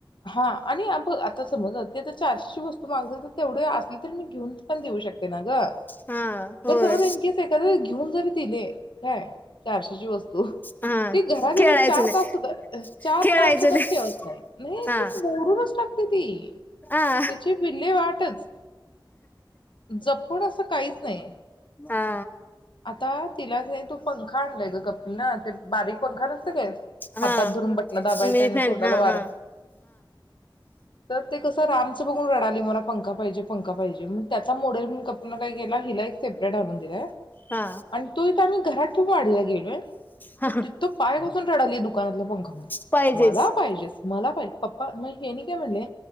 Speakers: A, on the left; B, on the left.
A: हा आणि अब आता समज चारशेची वस्तू मागीतली तर तेवढे असली तर मी घेऊन पण देऊ शक ते ना ग
B: हा होय
A: पण समज इन केस एखाद घेऊन जरी दिले काय चारशेची वस् स्तु
B: हा
A: ती घरात येऊन
B: खेळायचं
A: चार
B: नाही
A: तास सुधा चार
B: खेळायचं
A: तास सुद्धा
B: नाही
A: ठेवत नाही नाही
B: हा
A: ती मोडूनच टाकती ती
B: हा
A: त्याची विल्हे वाट ट्टच जपून असं काहीच नाही
B: हा
A: आता तिला की नाय तो तो पंखा आणलाय ग कपील न ते बारीक पंखा नसतय काय
B: हा
A: हातात धरून बटण दाबायचंय
B: मी
A: आणि
B: फॅन
A: तोंडाला
B: हा
A: वारा
B: हा
A: तर ते कस रामचं बघून रडाली मला पंखा पाहिजे पंखा पाहिजे मग त्याचा मॉडेल म्हणून <unintelligible> गेलाय अन हिला एक सेपरेट आणून दिलाय.
B: हा
A: आणि तो इथ आणि घरात तू वाढीला गेलोय.
B: हा
A: तो तीथ पाय घासून रडाली दुकानातला पंखा
B: पाहिजेच
A: मला पाहिजेच मला पाहिजे पप्पा मग हेनी काय म्हणले